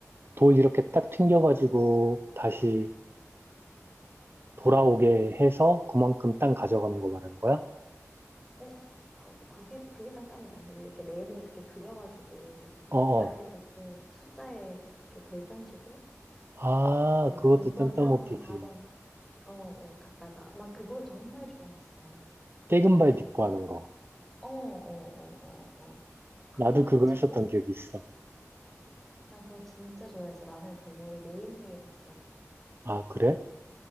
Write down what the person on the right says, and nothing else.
돌 이렇게 딱 튕겨가지고 다시 돌아오게 해서 그만큼 땅 가져가는 거 말하는 거야?
어어.
아,
그것도
땅
따먹기지.
떼금발 딛고 하는 거.
나도
그거
했었던 기억이 있어.
아, 그래?